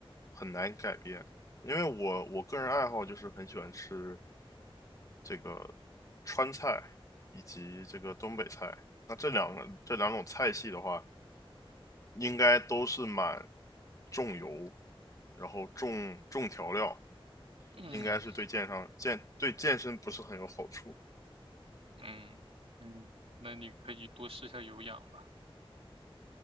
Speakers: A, on the left; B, on the right.
A: 很难改变，因为我我个人爱好就是很喜欢吃这个川菜以及这个东北菜。那这两个这两种菜系的话，应该都是蛮重油，然后重重调料。
B: 嗯。
A: 应该是对健上健对健身不是很有好处。
B: 嗯嗯，那你可以多试一下有氧吧。